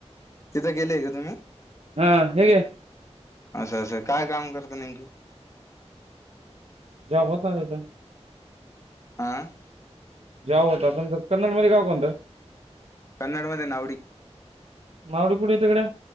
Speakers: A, on the left; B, on the right.
A: तिथं गेलेय का तुम्ही?
B: हा हे घे
A: असं असं काय काम करत नेमकी?
B: जॉब होता तिथं
A: आ
B: जॉब होता तुमचा कन्नड मध्ये गाव कोणतं?
A: कनडमध्ये नावडी
B: मावडी कुठं येत गड्या